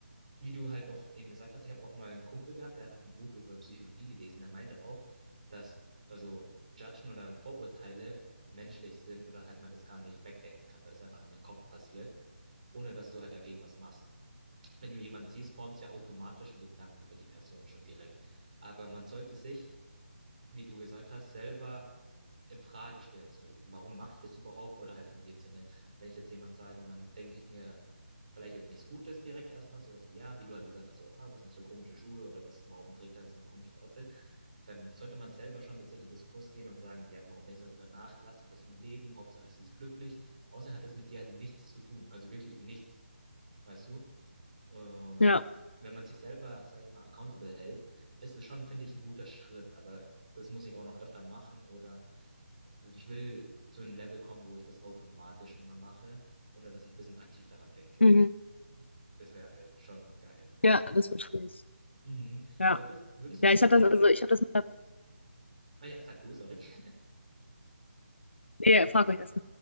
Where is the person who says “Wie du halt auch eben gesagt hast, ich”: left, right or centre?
Right